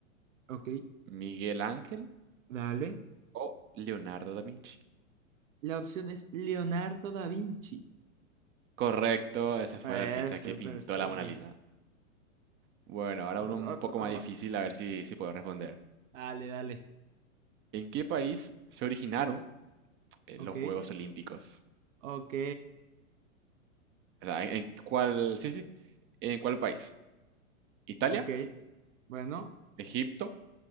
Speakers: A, on the right (about 70°); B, on the right (about 30°).
A: ok,
B: Miguel Ángel
A: dale.
B: o Leonardo da Vinci?
A: La opción es Leonardo da Vinci.
B: Correcto, ese fue
A: Eh,
B: el artista
A: súper,
B: que pintó
A: súper.
B: la Mona Lisa. Bueno, ahora
A: Otro,
B: uno un
A: otro,
B: poco
A: otro.
B: más difícil, a ver si, si puedo responder.
A: Dale, dale.
B: ¿En qué país se originaron eh,
A: Ok,
B: los Juegos Olímpicos?
A: ok,
B: O sea, ¿en en cuál, sí, sí, en cuál país? ¿Italia,
A: ok. Bueno,
B: Egipto,